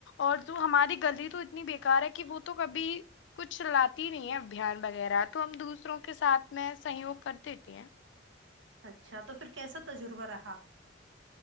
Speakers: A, on the left; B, on the right.
A: اور جو ہماری گغطی تو اتنی بیکار ہے کہ وہ تو کبھی کچھ چلاتی نہیں ہے ابھیان وغیرہ تو ہم دوسروں کے ساتھ میں سہیوگ کر دیتے ہیں
B: اچھا تو پھر کیسا تجربہ رہا